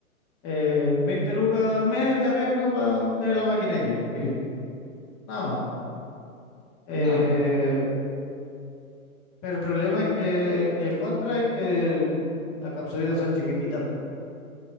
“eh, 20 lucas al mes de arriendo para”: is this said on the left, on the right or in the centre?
Left